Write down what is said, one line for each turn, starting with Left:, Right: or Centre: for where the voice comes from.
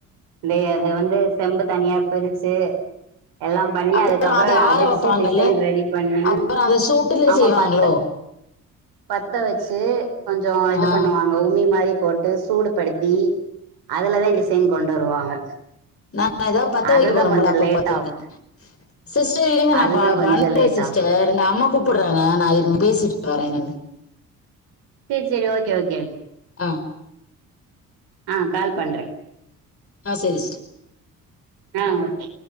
Right: தே அது வந்து செம்பு தனியா பிரிச்சு எல்லா பண்ணி
Left: அப்புறோ
Right: அதுக்கப்புறோ
Left: அத ஆற
Right: அடிச்சு
Left: வப்பாங்கல்ல
Right: டிசைன் ரெடி பண்ணி
Left: அப்புறோ அத சூட்டுல
Right: ஆமா
Left: செய்வாங்களோ
Right: பாத்த பத்த வீச்சு கொஞ்சோ இது
Left: ஆ
Right: பண்ணுவாங்க உமி மாரி போட்டு சூடு படுத்தி அதுலதா டிசைன் கொண்டு வருவாங்க
Left: ந நா ஏதாவது பத்த
Right: அதுதா
Left: வைக்க போறோம்ல
Right: கொஞ்சோ
Left: அப்ப
Right: லேட்
Left: பாத்துருக்கே
Right: ஆகு
Left: சிஸ்டர் இருங்க நா
Right: அதுதா
Left: ப ப
Right: கொஞ்சோ
Left: பண்றே
Right: லேட்
Left: சிஸ்டர்
Right: ஆகு
Left: எங்க அம்மா கூப்புட்றாங்க நா இருங்க பேசிட்டு வரே என்னானு
Right: செரி செரி ஓகே ஓகே ஓகே
Left: ஆ
Right: ஆ கால் பண்றே
Left: ஆ செரி் சிஸ்டர்
Right: ஆ ஓகே